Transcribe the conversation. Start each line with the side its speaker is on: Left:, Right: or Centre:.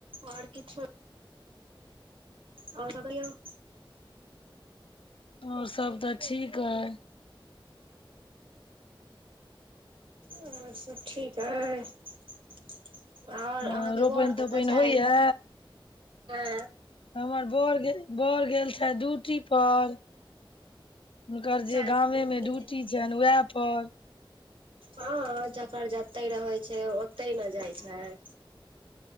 Right: और किछो- - <inaudible> औरपकरीयो- -
Left: ओर सब तऽ ठीक अई।
Right: और सभ ठीक अई- - ओर
Left: हँ
Right: अहाँके
Left: रोपनि
Right: बड़
Left: तोपनि
Right: कतऽ छैथ
Left: होइया
Right: ऐ।
Left: हमर बड़ गेल बड़ गेल छैथ ड्यूटी पर, -- हुनकर जे
Right: चाय
Left: गामेमे
Right: पानी भेल
Left: ड्यूटी छैन उएहेपर- -
Right: हँ जकर जते रहै छै, ओतहि न जाइ छै,।